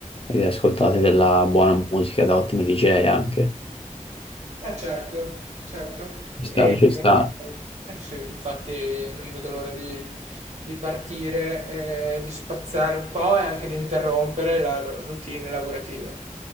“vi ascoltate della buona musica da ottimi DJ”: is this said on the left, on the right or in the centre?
Left